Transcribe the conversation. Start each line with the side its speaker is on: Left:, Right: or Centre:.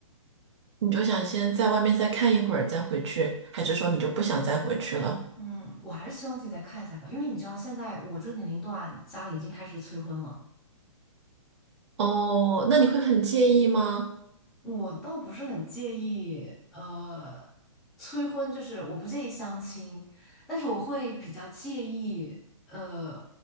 Right: 你就想先在外面再看一会儿再回去，还是说你就不想再回去了？
Centre: 嗯，我还是希望自己再看一下吧，因为你知道现在我这个年龄段家里已经开始催婚了，
Right: 哦，那你会很介意吗？
Centre: 我倒不是很介意，呃，催婚就是我不介意相亲，但是我会比较介意，呃，